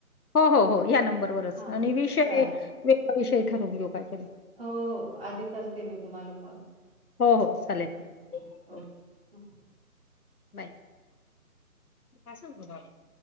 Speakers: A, on the left; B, on the right.
A: हो हो हो या नंबरवरच
B: हां.
A: आणि विषय
B: चालेल.
A: विषय ठरवून घेऊ काहीतरी
B: हो हो आधी करते मी तुम्हाला कॉल
A: हो हो चालेल
B: हां, हां.
A: हो
B: ओके. हां.
A: <unintelligible>